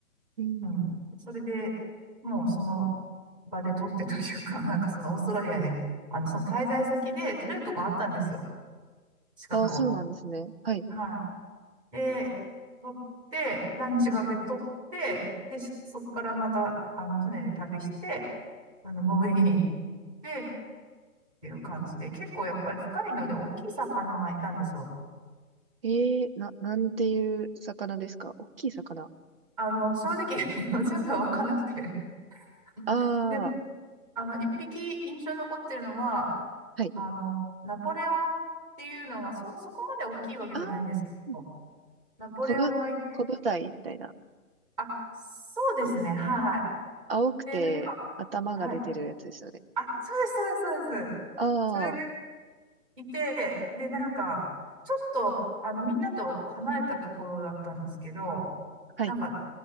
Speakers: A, on the right (about 40°); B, on the right (about 15°).
A: うん。うーん。
B: うん。それで、もうその場で取ってというか、<laughs> なんかそのオーストラリアで、あの、その滞在先で取れるとこあったんですよ。資格を。
A: あ、そうなんですね。はい。
B: はい。で、取って、何時かかけて取って、で、そこからまた、あの、船で旅して、あの、潜りに行ってっていう感じで、結構やっぱり深いので大きい魚がいたんですよ。
A: ええ、な、なんていう魚ですか大きい魚。
B: あの、正直、<laughs> あの全部は分かんなくて。<laughs>
A: ああ、
B: で、あの、一匹印象に残ってるのは、
A: はい。
B: あの、ナポレオンっていうのが、そ、そこまで大きいわけじゃないんですけど、
A: ああ、うん
B: ナポレオンが一匹、
A: コブ、コブダイみたいな。
B: あ、そうですね、はい。
A: 青くて頭が出てるやつですよね。
B: で、なんか、はい。あ、そうです、そうです、そうです。
A: ああ、
B: それがいて、で、なんか、ちょっと、あの、みんなと離れたところだったんですけど、
A: はい。
B: なんか、